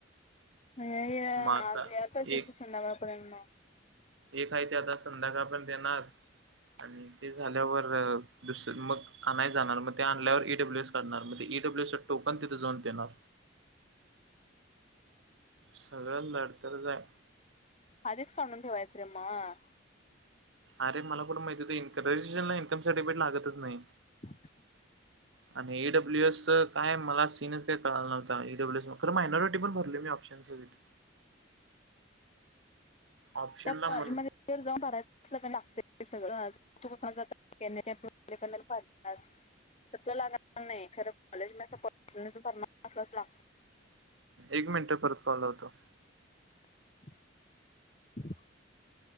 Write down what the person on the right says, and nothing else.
आता
एक
एक आहे ते आता संध्याकाळ पण देणार. आणि ते झाल्यावर दुसरं मग आणाय जाणार मग ते आणल्यावर ईडब्ल्यू एस चढणार मज ईडब्ल्यू चा टोकन तिथे जाऊन देणार सगळं लढत जाई.
अरे मला कुठ माहिती इनकम रजिष्टर इनकम सर्टिफिकेट लागतच नाही.
ह आणि डब्ल्यूस च काय मला सीनच काय कळाला नव्हता डबल्यूस खर म मायनॉिटी पण भरली मी ऑ्शन सनसोलिटि ऑप्शनला
म्हणून
एक मिनिट परत कॉल लावतो